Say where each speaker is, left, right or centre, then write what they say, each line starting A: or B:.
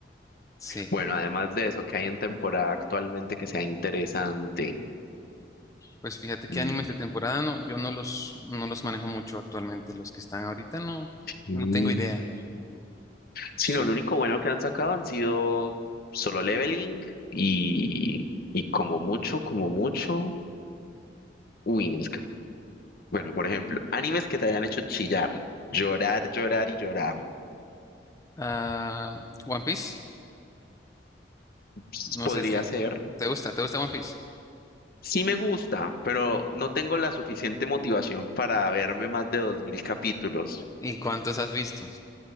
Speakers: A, on the left; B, on the left.
A: Sí.
B: Bueno, además de eso, que hay en temporada actualmente que sea interesante?
A: Pues fíjate que
B: Mm,
A: animes de temporada no, yo no los, no los manejo mucho actualmente. Los que están ahorita no,
B: mm.
A: no tengo idea.
B: Sí,
A: Sí.
B: no, lo único bueno que han sacado han sido solo leveling y, y como mucho, como mucho. Uy, no, es que, bueno, por ejemplo, animes que te hayan hecho chillar, llorar, llorar y llorar.
A: Ah, One Piece,
B: Ps,
A: no
B: Podría
A: sé si
B: ser.
A: te gusta, ¿te gusta One Piece?
B: Sí me gusta, pero no tengo la suficiente motivación para verme más de 2000 capítulos.
A: ¿Y cuántos has visto?